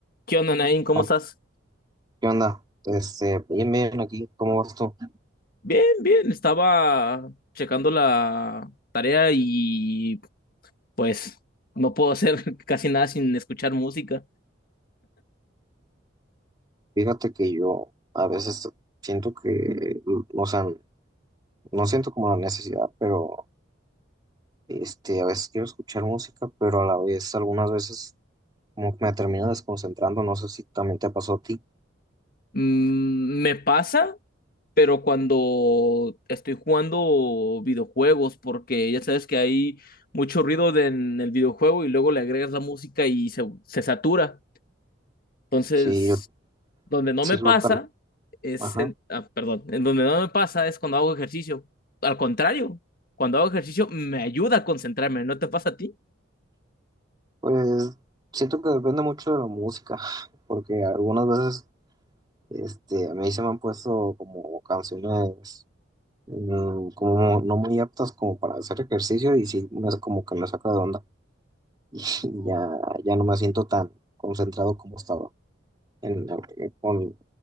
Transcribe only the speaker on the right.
Ah,
¿Qué onda? Este, bien, bien aquí, ¿cómo vas tú?
Fíjate que yo a veces siento que, o sea, no siento como la necesidad, pero este, a veces quiero escuchar música, pero a la vez, algunas veces como que me termino desconcentrando, no sé si también te pasó a ti.
Sí, yo,
sí,
local,
ajá.
Pues siento que depende mucho de la música, <laughs> porque algunas veces, este, a mí se me han puesto como canciones. mm, como no muy aptas como para hacer ejercicio y sí, me, como que me saca de onda <laughs> y ya, ya no me siento tan concentrado como estaba en, eh, con,